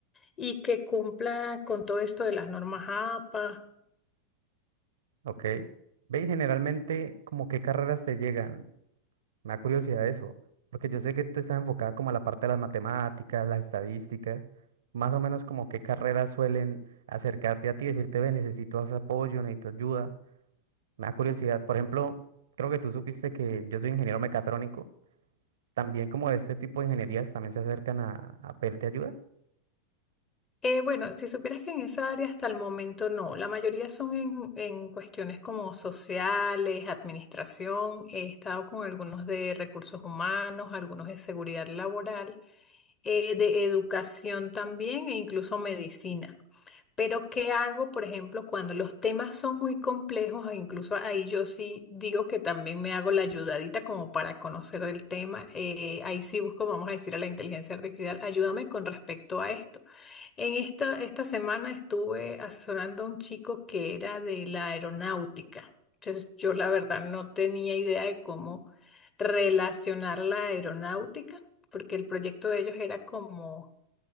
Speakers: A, on the left; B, on the right.
A: y que cumpla con todo esto de las normas APA.
B: Ok. Ve, y generalmente, como qué carreras te llegan? Me da curiosidad eso, porque yo sé que tú estás enfocada como a la parte de las matemáticas, las estadísticas, más o menos como qué carreras suelen acercarte a ti, decirte, ve, necesito apoyo, necesito ayuda. Me da curiosidad, por ejemplo, creo que tú supiste que yo soy ingeniero mecatrónico, también como este tipo de ingenierías también se acercan a, a pedirte ayuda.
A: Eh, bueno, si supieras que en esa área hasta el momento no, la mayoría son en, en cuestiones como sociales, administración, he estado con algunos de recursos humanos, algunos de seguridad laboral, eh, de educación también e incluso medicina. Pero ¿qué hago, por ejemplo, cuando los temas son muy complejos? e Incluso ahí yo sí digo que también me hago la ayudadita como para conocer el tema. eh, ahí sí busco, vamos a decir, a la inteligencia artificial, ayúdame con respecto a esto. En esta, esta semana estuve asesorando a un chico que era de la aeronáutica. Entonces, yo la verdad no tenía idea de cómo relacionar la aeronáutica, porque el proyecto de ellos era como